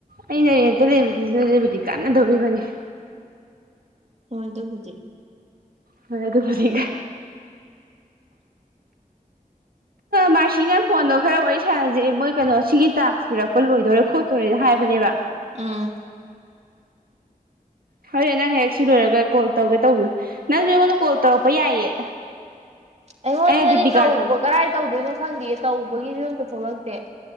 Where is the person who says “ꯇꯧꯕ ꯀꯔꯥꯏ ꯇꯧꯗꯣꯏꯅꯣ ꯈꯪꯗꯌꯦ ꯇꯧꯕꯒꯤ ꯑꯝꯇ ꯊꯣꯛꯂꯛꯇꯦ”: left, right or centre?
Right